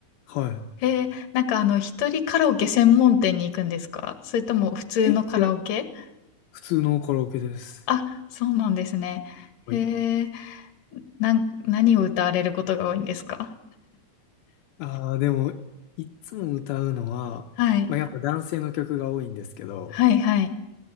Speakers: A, on the left; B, on the left.
A: は
B: へえ、なんかあの、一人カラオケ専門店に行くんですかそれとも普通のカラオケ
A: い。え、いや、普通のカラオケです。
B: あ、そうなんですね。へえ、
A: はい。
B: なん、何を歌われることが多いんですか
A: ああ、でも、いつも歌うのは、
B: はい。
A: まあ、やっぱ男性の曲が多いんですけど、
B: はいはい。